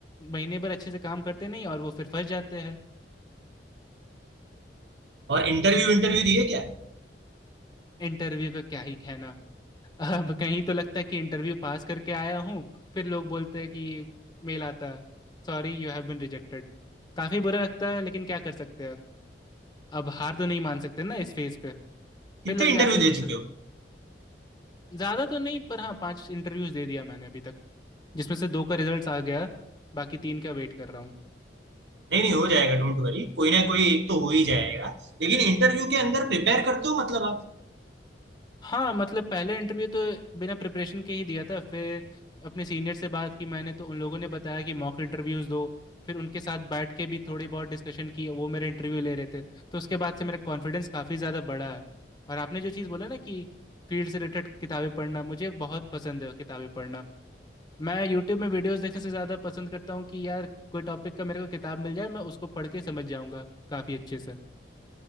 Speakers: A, on the left (about 25°); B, on the right (about 70°).
A: महीने भर अच्छे से काम करते नहीं और वो फिर फंस जाते हैं
B: और इंटरव्यू इंटरव्यू दिए क्या
A: इंटरव्यू का क्या ही कहना अब कहीं तो लगता है कि इंटरव्यू पास करके आया हूँ फिर लोग बोलते हैं कि मेल आता है, sorry you have been rejected काफी बुरा लगता है लेकिन क्या कर सकते हैं अब हार तो नहीं मान सकते ना इस फेज पे
B: कितने
A: फिर लग
B: इंटरव्यू
A: जाते हैं
B: दे
A: दूसरे
B: चुके हो
A: ज्यादा तो नहीं पर हाँ पांच इंटरव्यूज दे दिया मैंने अभी तक जिसमें से दो का रिजल्ट आ गया बाकी तीन का वेट कर रहा हूँ
B: नहीं नहीं हो जाएगा डोंट वरी कोई ना कोई एक तो हो ही जाएगा लेकिन इंटरव्यू के अंदर प्रिपेयर करते हो मतलब आप
A: हाँ मतलब पहला इंटरव्यू तो बिना प्रिपरेशन के ही दिया था फिर अपने सीनियर से बात की मैंने तो उन लोगों ने बताया कि मॉक इंटरव्यूज़ दो फिर उनके साथ बैठ के भी थोड़ी बहुत डिस्कशन की वो मेरे इंटरव्यू ले रहे थे तो उसके बाद से मेरा कॉन्फिडेंस काफ़ी ज़्यादा बढ़ा है और आपने जो चीज़ बोला ना कि फील्ड से रिलेटेड किताबें पढ़ना मुझे बहुत पसंद है किताबें पढ़ना मैं यूट्यूब में वीडियोस देखने से ज़्यादा पसंद करता हूँ कि यार कोई टॉपिक का मेरे को किताब मिल जाए मैं उसको पढ़ के समझ जाऊँगा काफ़ी अच्छे से